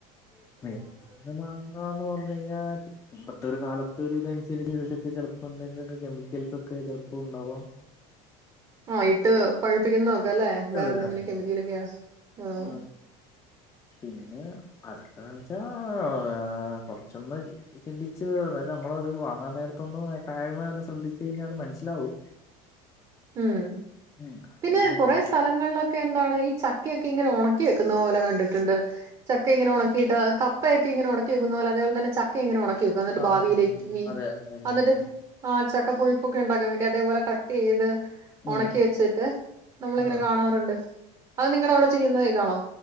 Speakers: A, on the left; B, on the right.
A: മേടിക്കുന്ന മാങ്ങാന്ന് പറഞ്ഞു കഴിഞ്ഞാൽ ഇപ്പൊത്തൊരു കാലത്തൊരുതനുസരിച്ച് ഇത് ലെക്കെ ചെലപ്പം എന്തെങ്കിലും കെമിക്കൽസ് ഒക്കെ ചെലപ്പോ ഉണ്ടാവാം
B: ആഹ് ഇട്ട് പഴിപ്പിക്കുന്നത് ഒക്കെ അല്ലേ വേറെ
A: അതെ
B: എന്തെങ്കിലും
A: അതെ
B: കെമിക്കലൊക്കെയാ ആഹ് ഓ
A: അതെ പിന്നെ അതൊക്കെ എന്താണ് ച്ചാ <unintelligible> കൊറച്ചൊന്ന് ഈ ഈ ചിന്തിച്ച് അതായത് നമ്മളെ ഇത്‌ വാങ്ങാൻ നേരത്തൊന്നു എഹ് കാര്യമായി ഒന്ന് ശ്രദ്ധിച്ചു കഴിഞ്ഞാൽ അത് മനസ്സിലാവും.
B: ഉം.
A: ഉം കാരണം
B: പിന്നേ
A: നമ്മളീ
B: കൊറേ സ്ഥലം ലങ്ങളിലൊക്കെ എന്താണ് ഈ ചക്കയൊക്കെ ഇങ്ങനെ ഒണക്കി വെക്കുന്നത് പോലെ കണ്ടിട്ട്ണ്ട്. ചക്ക ഇങ്ങനെ ഒണക്കിയിട്ട് കപ്പയൊക്കെ ഇങ്ങനെ ഒണക്കി വെയ്ക്കുന്ന പോലെ അതേപോലെ തന്നെ ച ക്ക ഇങ്ങനെ ഒണക്കി വെക്കുക അന്ന്ട്ട്
A: ആഹ്
B: ഭാവിയിലേക്ക്
A: ആഹ്
B: ഇനി
A: അതെ അതെ അതെ
B: അന്ന്ട്ട്
A: അതെ അതെ
B: ആഹ് ചക്കപുഴുക്കൊക്കെ ഇണ്ടാക്കാം വേണ്ടി അതേപോലെ കട്ട് ചെയ്ത് ഒണക്കി
A: ഉം
B: വെച്ചിട്ട് നമ്മളിങ്ങനെ
A: ആഹ്
B: കാണാറ്ണ്ട് അത് നിങ്ങടെ അവടെ ചെയ്യ്ന്ന ഇതാണോ